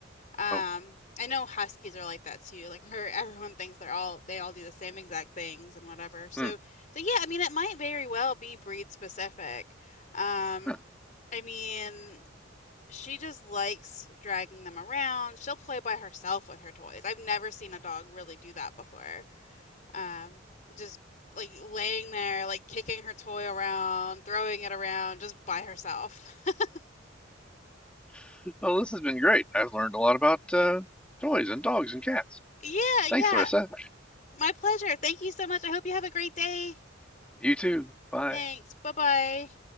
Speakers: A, on the left; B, in the centre.
A: Um
B: Oh,
A: I know Huskies are like that too, like where everyone thinks they're all they all do the same exact things and whatever. So
B: hmm.
A: so yeah, I mean it might very well be breed specific. Um
B: Huh.
A: I mean she just likes dragging them around. She'll play by herself with her toys. I've never seen a dog really do that before. Um, just like laying there, like kicking her toy around, throwing it around just by herself. <laughs>
B: <laughs> well, this has been great. I've learned a lot about uh, toys and dogs and cats.
A: Yeah, yeah.
B: Thanks, Larissa.
A: My pleasure. Thank you so much. I hope you have a great day.
B: You too. Bye.
A: Thanks. Bye-bye.